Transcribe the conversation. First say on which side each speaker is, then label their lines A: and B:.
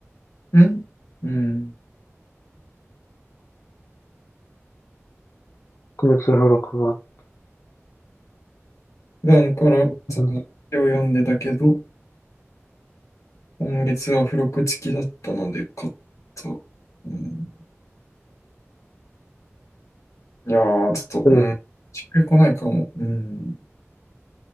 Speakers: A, on the left; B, on the left.
A: うんうん。
B: 特別付録があっ
A: 普段から、
B: た。
A: その、
B: うん。
A: 絵を読んでたけど、今月は付録付きだったので買った。うん。いやー、ちょっと、
B: でも
A: うん。しっくりこないかも。うん。